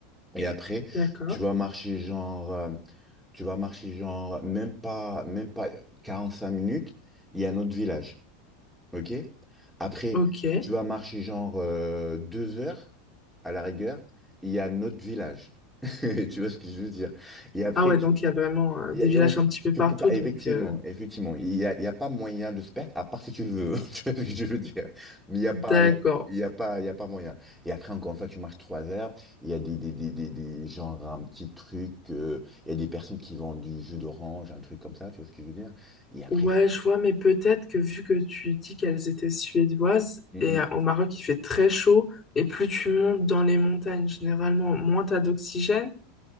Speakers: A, in the centre; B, on the left.
A: Et après,
B: D'accord.
A: tu vas marcher genre, euh, tu vas marcher genre même pas, même pas 45 minutes, il y a un autre village. OK? Après,
B: Ok.
A: tu vas marcher genre euh, deux heures à la rigueur, il y a notre village. <laughs> Tu vois ce que je veux dire? Et après,
B: Ah ouais,
A: tu.
B: donc il y a vraiment euh,
A: il
B: des
A: y
B: villages
A: a- En fait,
B: un petit peu
A: tu
B: partout,
A: peux pas,
B: donc
A: effectivement,
B: euh,
A: effectivement, il y a, il y a pas moyen de se perdre, à part si tu le veux, <laughs> tu vois ce que je veux dire. Mais il n'y a
B: d'accord.
A: pas, il y a, il y a pas, il y a pas moyen. Et après, encore une fois, tu marches trois heures, il y a des, des, des, des, des- genre un petit truc, euh, il y a des personnes qui vendent du jus d'orange, un truc comme ça, tu vois ce que je veux dire. Et après,
B: Ouais,
A: c'est
B: je vois, mais peut-être que vu que tu dis qu'elles étaient suédoises,
A: Mm,
B: et
A: mm.
B: euh, au Maroc, il fait très chaud, et plus tu montes dans les montagnes, généralement, moins t'as d'oxygène.